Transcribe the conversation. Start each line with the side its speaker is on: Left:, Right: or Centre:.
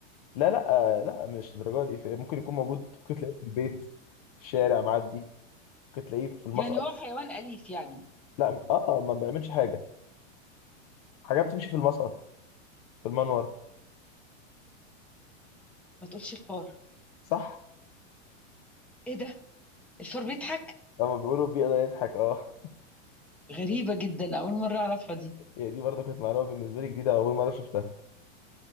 Left: لا لا آه، لا مش الدرجه دي في- ممكن يكون موجود ممكن تلاقيه في البيت في الشارع معدي ممكن تلاقيه في المصنع
Centre: يعني هو حيوان اليف يعني
Left: لا اه آه، ما بيعملش حاجه حاجه بتمشي في المسقط في المنور
Centre: ما تقولش الفار
Left: صح
Centre: ايه ده الفار بيضحك
Left: لما بيقولوا بيئه ده يضحك اه
Centre: غريبه جدا اول مره اعرفها دي
Left: هي دي برضه كانت معلومه بالنسبه لي جديده اول مره شفتها